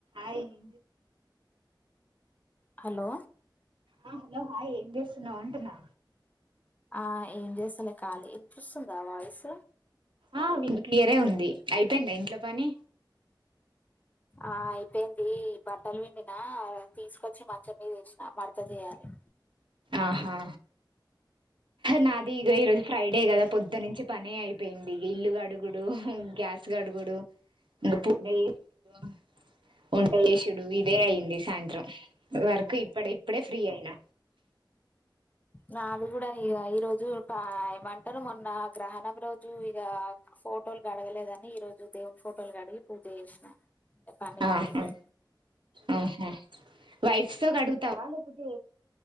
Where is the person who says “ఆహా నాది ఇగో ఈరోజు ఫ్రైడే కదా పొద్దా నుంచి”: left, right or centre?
Right